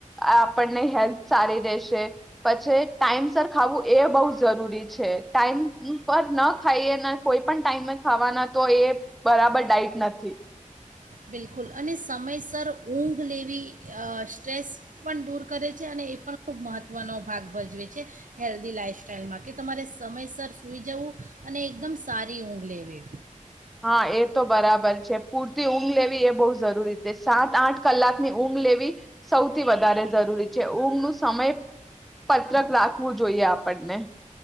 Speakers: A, in the centre; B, on the right.
A: આપણને હેલ્થ સારી રહેશે પછી ટાઈમ સર ખાવું એ બહુ જરૂરી છે ટાઈમ પર ન ખાઈએ અને કોઈ પણ ટાઈમે ખાવાના તો એ બરાબર ડાઇટ નથી.
B: બિલકુલ અને સમયસર ઊંઘ લેવી સ્ટ્રેસ પણ દૂર કરે છે અને એ પણ ખૂબ મહત્ત્વનો ભાગ ભજવે છે હેલ્ધી લાઈફસ્ટાઈલમાં કે તમારે સમયસર સુૂઈ જવું અને એકદમ સારી ઊંઘ લેવી.
A: હા એ તો બરાબર છે પૂરતી ઊગલે એ બહુ જરૂરી છે સાત આઠ કલાકની ઊંઘ લેવી સૌથી વધારે જરૂરી છે ઊંઘ નું સમય પત્રક રાખવું જોઈએ આપણને